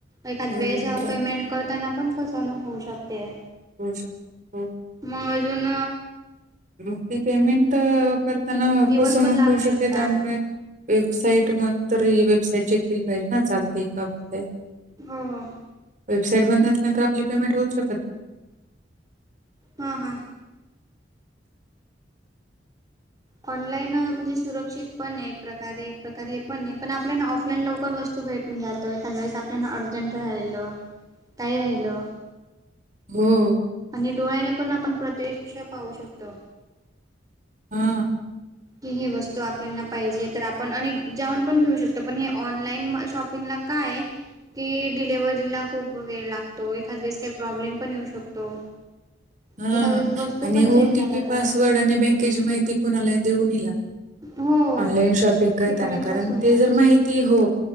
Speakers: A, on the right; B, on the right.
A: एखाद
B: हो,
A: वेळेस
B: हो.
A: पेमेंट करताना पण फसवणूक होऊ शकते
B: हो हो
A: मंग अजूून
B: मग ते पेमेंट... करताना
A: दिवस
B: फसवणूक
A: पण लागू
B: होऊ
A: शकतात.
B: शकते त्यामुळे वेबसाईट मंतर... ही वेबसाईट चेक केली पाहीजे ना चाल- ते का होतय...
A: हो हो
B: वेबसाईट बंद असल्या नंतर आपली पेमेंट होऊच शकत नाही
A: हां हां ऑनलाईन... म्हणजे सुरक्षित पण ए... एक प्रकारे... एक प्रकारे हे पण ए... पण आपल्याला ऑफलाईन लवकर वस्तू तू भेटून जातो. एखादं वेेळेस आपल्याला अर्जंट राहिलं, काही राहिलं
B: हुं
A: आणि डोळ्याने पण आपण प्रत्येक्ष पाहू शकतो.
B: हुं.
A: की हे वस्तू आपनला पाहिजे तर... आपण अनी... जाऊन पण घेऊ शकतो. पण हे ऑनलाईन शॉपिंगला... काय ए की डिलेवरीला खूप वेळ लागतो. एखाद वेळेस काई प्रॉब्लेम पण येऊ शकतो
B: हा...
A: एखाद वेळेस वस्तू
B: आणि
A: पण
B: ओ
A: चेंज
B: टी
A: झाला
B: पी,
A: तर
B: पासवर्ड आणि बँकेची माहिती कोणालाही देऊ नाई लागत
A: हो
B: ऑनलाईन शॉपिंग करताना...
A: ती पण एक
B: कारण
A: फसवणूक
B: ते
A: आहे
B: जर माहित ती हो...